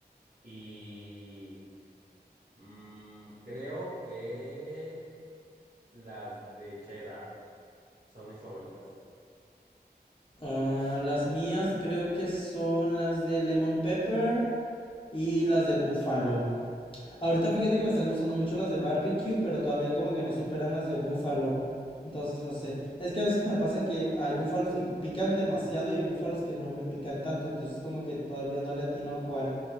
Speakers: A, on the right; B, on the left.
A: Y mm, creo que las de cheddar son mis favoritas.
B: Ah, las mías creo que son las de Lemon Pepper y las de Buffalo. Ahorita fíjate que me están gustando mucho las de barbecue, pero todavía como que no superan las de búfalo. Entonces no sé. Es que a veces me pasa que hay búfalos que pican demasiado y hay búfalos que no me pican tanto. Entonces como que todavía no le atino a cuál,